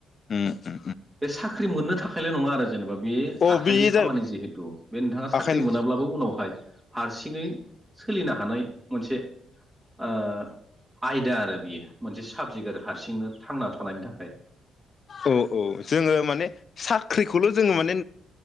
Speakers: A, on the left; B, on the right.
A: उम उम
B: बे साख्रि मोननो थाखायल' नङा आरो जेनेबा बे
A: अ
B: आखाइनि
A: बे
B: खामानि
A: जाबाय
B: जिहेथु बे नोंथाङा साख्रि
A: आखायनो
B: मोनाब्लाबो उनावहाय हारसिङै सोलिनो हानाय मोनसे ओ आयदा आरो बियो मोनसे साबजेक्ट आरो । हारसिंनो थांना थानायनि थाखाय
A: औ औ जोङो माने साख्रिखौल' जोङो माने